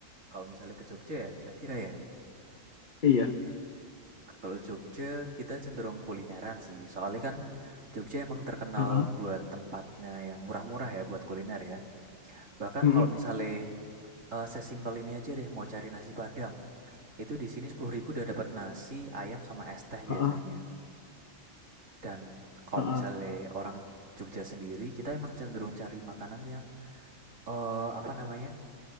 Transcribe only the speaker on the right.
Kalau misalnya ke Jogja ya kira-kira ya
Kalau Jogja kita cenderung kulineran sih. Soalnya kan Jogja emang terkenal
buat tempatnya yang murah-murah ya buat kuliner ya. Bahkan
kalau misalnya eh, sesimpel ini aja deh mau cari nasi Padang, itu di sini 10.000 udah dapat nasi, ayam sama es teh
biasanya. Dan kalau
misalnya orang Jogja sendiri, kita emang cenderung cari makanan yang eh apa namanya?